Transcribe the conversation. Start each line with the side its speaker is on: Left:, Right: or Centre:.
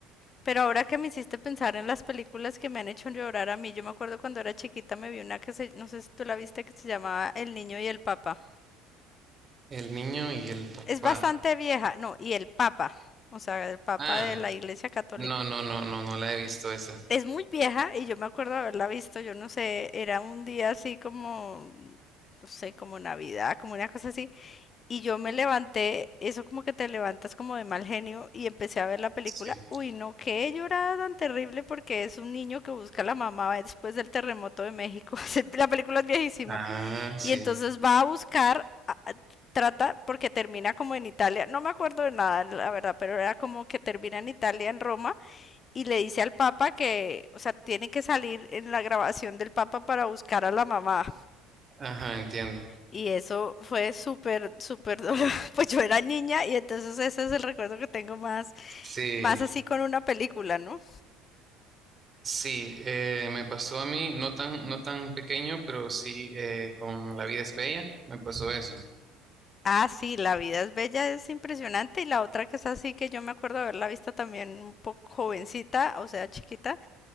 Left: Pero ahora que me hiciste pensar en las películas que me han hecho llorar a mí, yo me acuerdo cuando era chiquita me vi una que se, no sé si tú la viste, que se llamaba El Niño y el Papa.
Right: el niño y el papá.
Left: Es bastante vieja, no, y el Papa, o sea, el Papa
Right: Ah,
Left: de la Iglesia Católica.
Right: no, no, no, no, no la he visto esa.
Left: Es muy vieja y yo me acuerdo haberla visto, yo no sé, era un día así como, no sé, como Navidad, como una cosa así, Y yo me levanté, eso como que te levantas como de mal genio y empecé a ver la película.
Right: Sí.
Left: Uy, no, qué llorada tan terrible porque es un niño que busca a la mamá después del terremoto de México. <laughs> La película es viejísima.
Right: Ah, sí.
Left: Y entonces va a buscar, a- a- trata, porque termina como en Italia. No me acuerdo de nada, la verdad, pero era como que termina en Italia, en Roma, y le dice al Papa que, o sea, tiene que salir en la grabación del Papa para buscar a la mamá.
Right: Ajá, entiendo.
Left: Y eso fue súper, súper doloroso. <laughs> Pues yo era niña y entonces ese es el recuerdo que tengo más,
Right: Sí,
Left: más así con una película, ¿no?
Right: sí, eh, me pasó a mí, no tan, no tan pequeño, pero sí eh, con La vida es bella, me pasó eso.
Left: Ah, sí, La vida es bella, es impresionante. Y la otra que es así, que yo me acuerdo haberla vista también un poco jovencita, o sea, chiquita.